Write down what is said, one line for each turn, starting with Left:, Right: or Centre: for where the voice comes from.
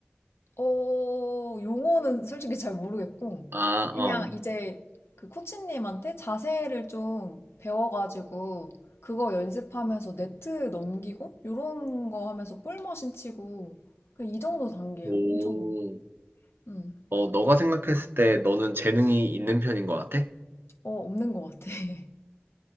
Left: 어, 용어는 솔직히 잘 모르겠고,
Right: 아,
Left: 그냥
Right: 어.
Left: 이제 그 코치님한테 자세를 좀 배워가지고, 그거 연습하면서 네트 넘기고, 요런 거 하면서 볼머신 치고, 그냥 이 정도 단계야.
Right: 오.
Left: 엄청, 음,
Right: 어, 너가 생각했을 때 너는 재능이 있는 편인 것 같아?
Left: 어, 없는 것 같아. <laughs>